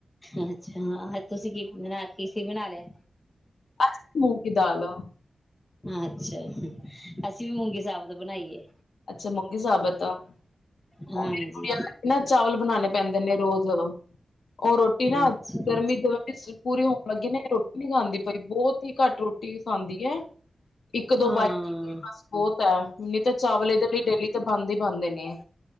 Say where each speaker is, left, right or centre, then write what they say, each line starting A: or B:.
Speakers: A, on the left (about 15°); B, on the left (about 70°).
A: ਅੱਛਾ, ਤੁਸੀਂ ਕੀ ਬਣਾ ਕੀ ਸੀ ਬਣਾ ਲਿਆ।
B: ਅ ਮੂਕ ਕੀ ਦਾਲ,
A: ਅੱਛਾ ਅਸੀਂ ਵੀ ਮੂੰਗੀ ਸਾਬਤ ਬਣਾਈਏ।
B: ਅੱਛਾ ਮੂੰਗੀ ਸਾਬਤ ਆ
A: ਹਾਂਜੀ
B: ਉਹ ਮੇਰੀ ਕੁੜੀ ਨਾ ਚਾਵਲ ਬਣਾਣੇ ਪੈਂਦੇ ਨੇ ਰੋਜ਼ ਉਹ ਰੋਟੀ ਨਾ
A: ਅੱਛਾ
B: ਗਰਮੀ ਜੀ ਪੂਰੀ ਹੋਣ ਲੱਗੀ ਨਾ ਰੋਟੀ ਨੀ ਖਾਂਦੀ। ਬਾਈ ਬਹੁਤ ਹੀ ਘੱਟ ਰੋਟੀ ਖਾਂਦੀ ਹੈ। ਇੱਕ ਦੋ
A: ਹਾਂ
B: ਬਾਰੀ ਬਸ ਬਹੁਤ ਹੈ ਤਾਂ ਚਾਵਲ ਇਹਦੇ ਲਈ ਡੇਲੀ ਤੇ ਬਣਦ ਹੀ ਬਣਦੇ ਨੇ,